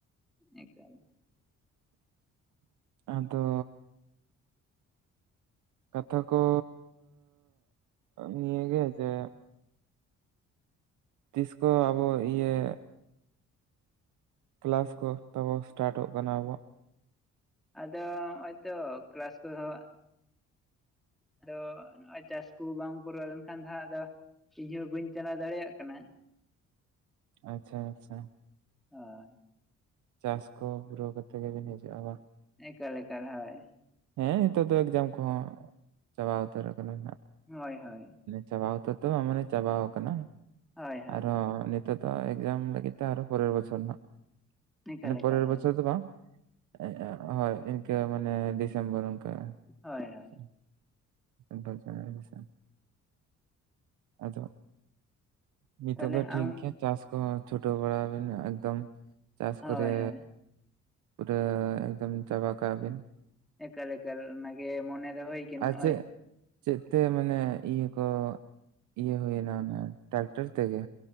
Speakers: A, in the centre; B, on the right (about 80°).
A: ᱮᱠᱟᱞ᱾
B: ᱟᱫᱚ ᱠᱟᱛᱷᱟ ᱠᱚ ᱱᱤᱭᱟᱹ ᱜᱮ ᱡᱮ ᱛᱤᱥ ᱠᱚ ᱟᱵᱚ ᱤᱭᱟᱹ ᱠᱮᱞᱟᱥ ᱠᱚ ᱛᱟᱵᱚ ᱥᱴᱟᱴᱚᱜ ᱠᱟᱱᱟ ᱟᱵᱚᱣᱟᱜ᱾
A: ᱟᱫᱚ ᱦᱚᱜ-ᱚᱭ ᱛᱚ ᱠᱞᱟᱥ ᱠᱚᱦᱚ ᱟᱫᱚ ᱱᱚᱜ-ᱚᱭ ᱪᱟᱥ ᱠᱚ ᱵᱟᱝ ᱯᱩᱨᱟᱣ ᱞᱮᱱᱠᱷᱟᱱ ᱫᱚ ᱦᱟᱸᱜ ᱟᱫᱚ ᱤᱧ ᱦᱚ ᱵᱟᱹᱧ ᱪᱟᱞᱟᱣ ᱫᱟᱲᱮᱭᱟᱜ ᱠᱟᱱᱟ᱾
B: ᱟᱪᱪᱷᱟ ᱟᱪᱪᱷᱟ᱾
A: ᱦᱳᱭ᱾
B: ᱪᱟᱥ ᱠᱚ ᱯᱩᱨᱟᱹᱣ ᱠᱟᱛᱮ ᱜᱮᱵᱤᱱ ᱦᱤᱡᱩᱜ-ᱟ ᱵᱟᱝ?
A: ᱮᱠᱟᱞ ᱮᱠᱟᱞ ᱦᱛᱭ᱾
B: ᱦᱮᱸ ᱱᱤᱛᱚᱜ ᱫᱚ ᱮᱠᱡᱟᱢ ᱠᱚᱦᱚᱸ ᱪᱟᱵᱟ ᱩᱛᱟᱹᱨ ᱠᱟᱱᱟ ᱱᱟᱦᱟᱜ᱾
A: ᱦᱳᱭ ᱦᱳᱭ ᱾
B: ᱪᱟᱵᱟ ᱩᱛᱟᱹᱨ ᱫᱚ ᱵᱟᱝ ᱢᱟᱱᱮ ᱪᱟᱵᱟ ᱟᱠᱟᱣᱱᱟ
A: ᱦᱳᱭ ᱦᱳᱭ
B: ᱟᱨᱦᱚ ᱱᱤᱛ ᱛᱚ ᱛᱚ ᱮᱠᱡᱟᱢ ᱞᱟᱜᱤᱫ ᱛᱮ ᱟᱨᱚ ᱯᱚᱨᱮᱨ ᱵᱚᱪᱚᱨ ᱱᱟᱜ
A: ᱮᱠᱟᱞ
B: ᱤᱱᱟ
A: ᱮᱠᱟᱞ
B: ᱯᱚᱨᱮᱨ
A: ᱦᱳᱭ
B: ᱵᱚᱪᱷᱚᱨ ᱫᱚ ᱵᱟᱝ ᱾ <inaudible> ᱦᱳᱭ ᱤᱝᱠᱟᱹ ᱢᱟᱱᱮ ᱰᱤᱥᱮᱢᱵᱚᱨ ᱚᱝᱠᱟ ᱾
A: ᱦᱳᱭ ᱦᱳᱭ ᱾
B: <unintelligible> ᱟᱫᱚ ᱱᱤᱛᱚᱜ
A: ᱛᱟᱦᱚᱞᱮ
B: ᱫᱚ
A: ᱟᱢ
B: ᱴᱷᱤᱠ ᱜᱮᱭᱟ ᱪᱟᱥ ᱠᱚᱦᱚᱸ ᱪᱷᱩᱴᱟᱹᱣ ᱵᱟᱲᱟ ᱵᱤᱱ ᱮᱠᱫᱚᱢ ᱾ ᱪᱟᱥ
A: ᱦᱳᱭ
B: ᱠᱚᱨᱮ
A: ᱦᱳᱭ
B: ᱯᱩᱨᱟᱹ ᱮᱠᱫᱚᱢ ᱪᱟᱵᱟ ᱠᱟᱜ ᱵᱤᱱ ᱾
A: ᱮᱠᱟᱞ ᱮᱠᱟᱞ ᱚᱱᱟᱜᱮ ᱢᱚᱱᱮ ᱫᱚ ᱦᱩᱭ ᱠᱟᱱ
B: ᱟᱨ
A: ᱱᱚᱜᱼᱚᱭ
B: ᱪᱮᱫ
A: ᱾
B: ᱪᱮᱫ ᱛᱮ ᱢᱟᱱᱮ ᱤᱭᱟᱹ ᱠᱚ ᱤᱭᱟᱹ ᱦᱩᱭᱱᱟ ᱚᱱᱟ ᱴᱟᱠᱴᱟᱨ ᱛᱮᱜᱮ?